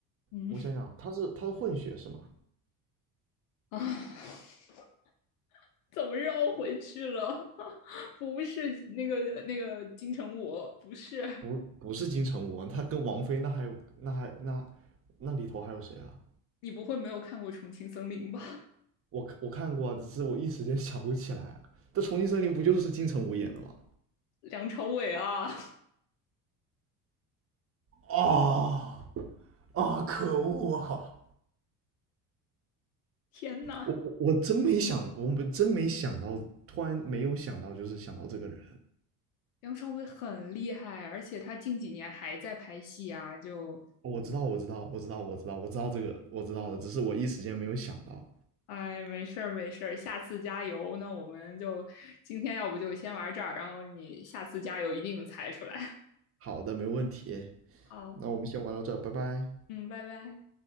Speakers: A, on the left (about 75°); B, on the right (about 30°).
A: 嗯
B: 我想想，他是他是混血是吗？
A: 啊，<laughs> 怎么绕回去了？<laughs> 不是那个那个金城武，不是，
B: 不，不是金城武啊，他跟王菲那还有那还那那里头还有谁啊？
A: 你不会没有看过《重庆森林》吧？
B: 我我看过啊只是我一时间想不起来啊。这《重庆森林》不就是金城武演的吗？
A: <laughs> 梁朝伟啊，
B: 哦啊，可恶啊！
A: 天呐！
B: 我我我真没想，我们真没想到，突然没有想到，就是想到这个人。
A: 梁朝伟很厉害，而且他近几年还在拍戏啊，就，
B: 哦我知道，我知道，我知道，我知道，我知道这个，我知道的，只是我一时间没有想到。
A: 哎，没事儿没事儿，下次加油。那我们就今天要不就先玩这儿，然后你下次加油一定能猜出来。
B: 好的，没问题。
A: <laughs> 好，
B: 那我们先玩到这儿，拜拜。
A: 嗯，拜拜。